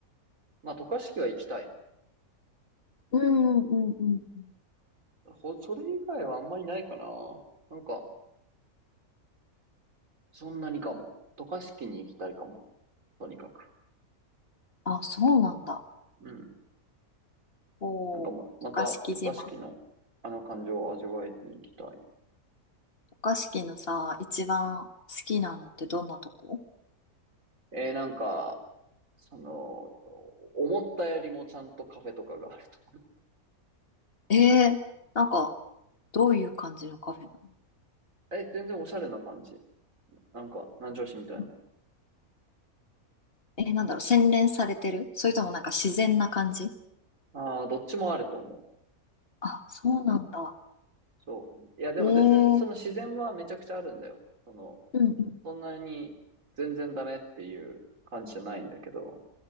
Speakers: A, on the right; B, on the left.
A: まあ、渡嘉敷は行きたい。
B: うんうんうんうん。
A: ほ、それ以外はあんまりないかな。なんか、そんなにかも。渡嘉敷に行きたいかも。とにかく。
B: あ、そうなんだ。
A: うん。
B: おー、
A: なんかま、また、
B: 渡嘉敷島。
A: 渡嘉敷のあの感情を味わいに行きたい。
B: 渡嘉敷のさ、一番好きなのってどんなとこ
A: えー、なんか、その、思ったよりもちゃんとカフェとかがあると。
B: えー、なんか、どういう感じのカフェなの
A: <laughs> え、全然おしゃれな感じ。なんか、南城市みたいな。
B: うんえー、なんだろう、洗練されてるそれともなんか自然な感じ
A: ああ、どっちもあると思
B: あ、そうなんだ。
A: う。そう。いや、でも全然、
B: えー、
A: その自然はめちゃくちゃあるんだよ。その、
B: うんうん
A: そんなに全然ダメっていう感じじゃないんだけど、